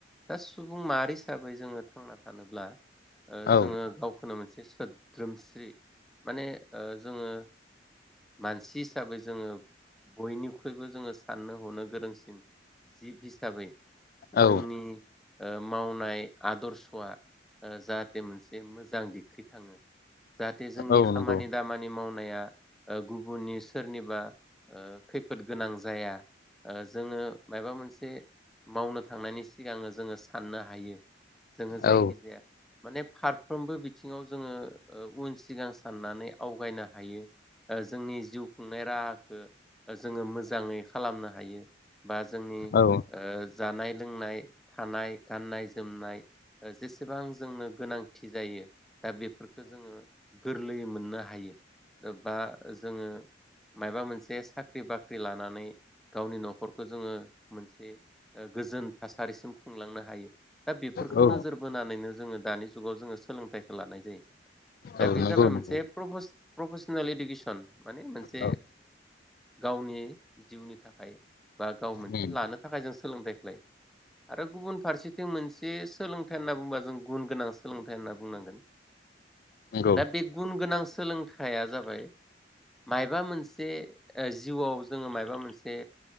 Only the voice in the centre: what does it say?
दा सुबुं माहारि हिसाबै जोंङो थांना थानोब्ला
ओ जोङो गावखौनो मोनसे बे सोद्रोमस्रि माने ओ जोङो मानसि हिसाबै जोङो बयनि फैबो जोंङो साननो हनो गोरोंसिन जिब हिसाबै जोंनि
ओ मावनाय आदर्शआ ओ जाहाथे मोनसे मोजां दिगखै थाङो जाहाथे जोंनि
खामानि
दामानि मावनो नाया ओ गुबुननि सोरनिबा ओ खै फोद गोनां जाया ओ जोंङो माबा मोनसे मावनो थांनायनि सिगां जोंङो साननो हायो। जोङो जायखिजाया
माने फारफ्रोमबो बि थिंङाव जोङो ओ उनसिन सिगां साननानै आवगायनो हायो ओ जोंनि जिउ खुंनाय राहाखो जोंङो मोजांङै खालामनो हायो। बा जोंनि
ओ जानाय लोंनाय थानाय गाननाय-जोमनाय जेसेबां जोंनो गोनांथि जायो। दा बेफोरखो जोङो गोरलैयै मोननो हायो बा जोङो मायोबा मोनसे सा ख्रि-बाख्रि लानानै गावनि न'खरखौ जोंङो मोनसे ओ गोजोन थासारिसिम खुंलांनो हायो। दा बेफोरखौ
नोजोर बोनानैनो जोंङो दानि जु जुगाव जोंङो सोलोंथाइ लानाय जायो दा
बे
जाबाय मोनसे
प्रपस प्रफेसनेल इडुकेसन माने मोनसे
ओ <unintelligible> जिउनि थाखाय बा गाव मोनसे
लानो थाखाय जों सोलोंथाइ लाय आरो गुबुन फारसेथिं मोनसे सोलोंथाइ होनना बुंबा जों गुन गोनां सोलोंथाइ होनना बुंनांगोन
दा बे गुन गोनां सोलोंथाइया जाबाय मामोबा मोनसे ओ जिउवाव जोङो मायबा मोनसे